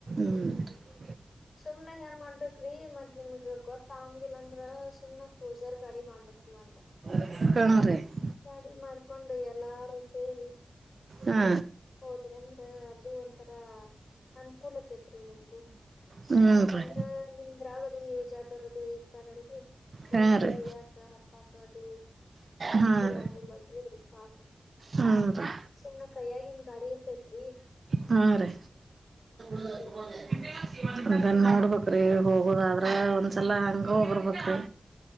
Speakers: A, on the right (about 60°); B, on the left (about 60°).
A: ಹ್ಮ್
B: ಸುಮ್ನ ಹೆಂಗ ಮಾಡ್ಬೇಕ್ರಿ ಮತ್ತ್ ನಿಮ್ಗ್ ಗೊತ್ತ ಆಂಗಿಲ್ಲ ಅಂದ್ರ ಸುಮ್ ಕ್ರೂಸರ್ ಗಾಡಿ ಮಾಡ್ಬೇಕ <unintelligible>
A: <unintelligible>
B: ಗಾಡಿ ಮಾಡ್ಕೊಂಡು ಎಲ್ಲಾರು ಸೇರಿ
A: ಹಾ
B: <inaudible> ಹೋದ್ರಿ ಅಂದ್ರ ಅದು ಒಂಥರ ಅನುಕೂಲತೆ ಐತ್ರಿ ನಿಮ್ಗೂ
A: ಹ್ಮ್
B: ಯಾಕಂದ್ರ
A: ರೀ
B: ನಿಮ್ದ್ರ ಆಗದು <unintelligible> ಇರ್ತಾರಲ್ರರಿ ಬಸ್
A: ಹಾ ರೀ
B: ಇಳಿಯಕ ಹತ್ತಾಕದು ಅನ್
A: ಹಾ
B: <unintelligible>
A: ರೀ ಹ್ಮ್ ರೀ
B: ಸುಮ್ನೆ ಕೈಯಾಗಿಂದ ಗಾಡಿ ಇರ್ತತ್ರಿ
A: ಹಾ ರಿ <inaudible>
B: ಆಕೇತ್ ನೋಡ್ರಿ.
A: ಅದನ್ನ ಹೋಗ್ಬೇಕ್ರಿ ಹೋಗುದಾದ್ರ ಒಂದ್ಸಲ ಹಂಗ ಹೋಗರ್ಬೇಕ್ರಿ